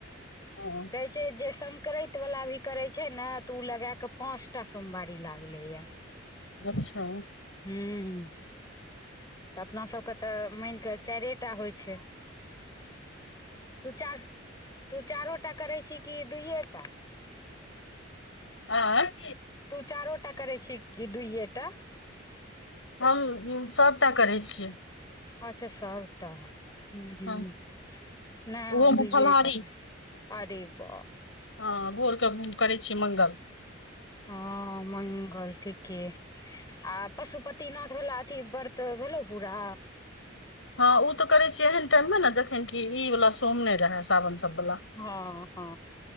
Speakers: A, on the left; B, on the left.
A: हाँ,
B: कहै छैय जे संकरैत वला भी करै छैय ने तऽ ओ लगाकऽ पाँच टा सोमवारी लागलैया।
A: अच्छा
B: हूँ तऽ अपनासभके तऽ मानिकऽ चारिए टा होइ छैय। तू चार तू चारोटा करै छी कि दुइए टा? <inaudible>
A: आँय?
B: तू चारोटा करै छी कि दुइयेटा?
A: हम सभटा करै छियै।
B: अच्छा सबटा हु। नहि
A: हँ
B: हम
A: ओहोमे
B: दुयेटा
A: फलाहारी
B: के अरे बा।
A: हँ भोरके हम करै छी मंगल।
B: हँ मंगल ठीके आ पशुपति ना थ वला अथी व्रत भेलौ पूरा?
A: हँ उ त करै छीे एहन टाइम मे ने जखन की इ वाला सोम नहि रहे। <unintelligible> सब <unintelligible>
B: हँ हँ